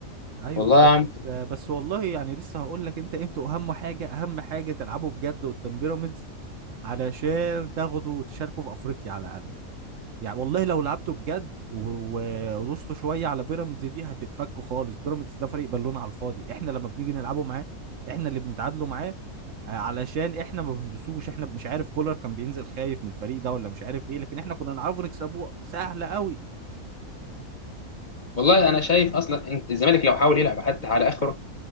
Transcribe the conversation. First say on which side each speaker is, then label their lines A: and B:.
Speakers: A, on the right; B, on the left.
A: ايوه
B: والله
A: بس
B: يا عم
A: بس والله يعني لسه هقول لك انت انتوا اهم حاجه اهم حاجه تلعبوا بجد قدام بيراميدز علشان تاخدوا وتشاركوا في افريقيا على الاقل يعني والله لو لعبته بجد و- و- ودوسته شويه على بيراميدز دي هتتفك خالص بيراميدز ده فريق بالون على الفاضي احنا لما بنيجي نلعبه معاه احنا اللي بنتعادلوا معاه آه، علشان احنا ما بندوسوش احنا مش عارف كولر كان بينزل خايف من الفريق ده ولا مش عارف ايه لكن احنا كنا نعرفه نكسبوه سهله قوي
B: والله انا شايف اصلا إن الزمالك لو حاول يلعب حتى على اخره